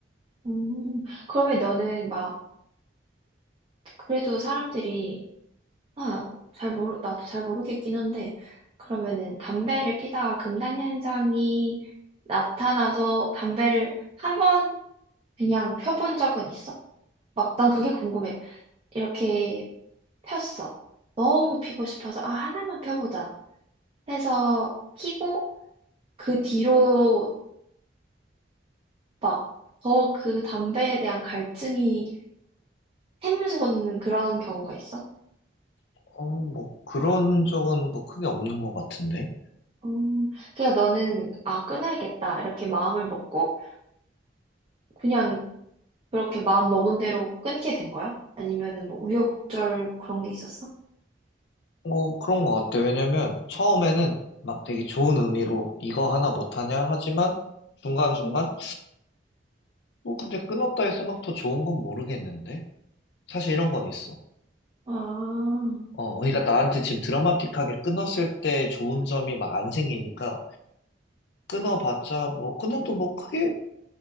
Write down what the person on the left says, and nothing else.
어, 뭐, 그런 적은 뭐 크게 없는 것 같은데.
어, 그런 것 같아. 왜냐면, 처음에는 막 되게 좋은 의미로 이거 하나 못하냐? 하지만, 중간중간,
뭐 근데 끊었다 해서 막 더 좋은 건 모르겠는데? 사실 이런 건 있어.
어, 그러니까 나한테 지금 드라마틱하게 끊었을 때 좋은 점이 막 안 생기니까 끊어봤자 뭐 끊어도 뭐 크게